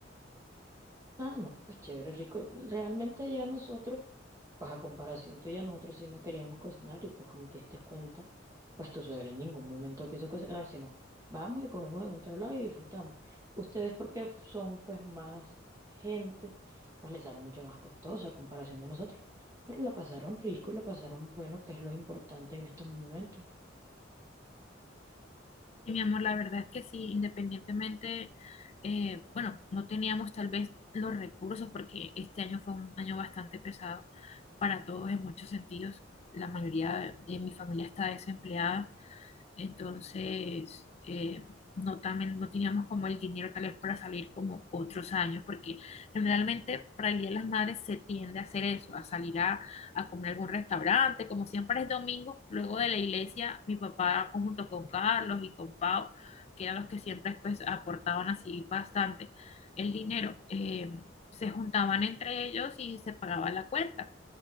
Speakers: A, on the right (about 15°); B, on the left (about 35°).
A: Ah, no, pues chévere, rico. Realmente ya nosotros Pues a comparación tuya, nosotros sí no queríamos cocinar y pues como te diste cuenta, pues tu suegra en ningún momento quiso cocinar, sino vamos y comemos en otro lado y disfrutamos. Ustedes porque son pues más gente, pues les sale mucho más costoso a comparación de nosotros. Pero la pasaron rico y la pasaron bueno, que es lo importante en estos momentos.
B: Sí, mi amor, la verdad es que sí, independientemente, eh, bueno, no teníamos tal vez los recursos porque este año fue un año bastante pesado para todos en muchos sentidos. La mayoría de mi familia está desempleada entonces, eh, no, también, no teníamos como el dinero tal vez para salir como otros años, porque generalmente para el Día de las Madres se tiende a hacer eso, a salir a, a comer a algún restaurante, como siempre es domingo, luego de la iglesia, mi papá junto con Carlos y con Pau, que eran los que siempre pues aportaban así bastante el dinero, eh, se juntaban entre ellos y se pagaba la cuenta